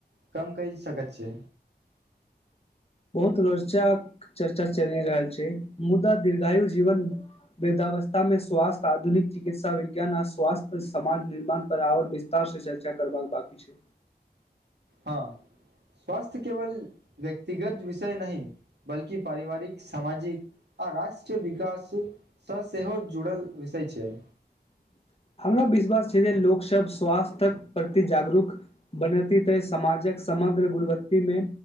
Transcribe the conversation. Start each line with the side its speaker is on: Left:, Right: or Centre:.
Right: कम कि सकैत छै
Left: बहुत रोचक चर्चा चलि रहल छै मुदा दीर्घायु जीवन वृद्धावस्था मे स्वास्थ आधुनिक चिकित्सा विज्ञान आ स्वास्थ्य समाज निर्माण पर आओर विस्तार से चर्चा करबाक बाकी छै
Right: हँ स्वास्थ्य केवल व्यक्तिगत विषय नहि बल्कि पारिवारिक सामाजिक आ राष्ट्र विकास स सेहोे जुड़ल विषय छै
Left: <inaudible> हमरा विश्वास छै जे लोकसभ स्वास्थ्यक प्रति जागरूक बनैत तऽ समाजक समग्र गुणवत्ती मे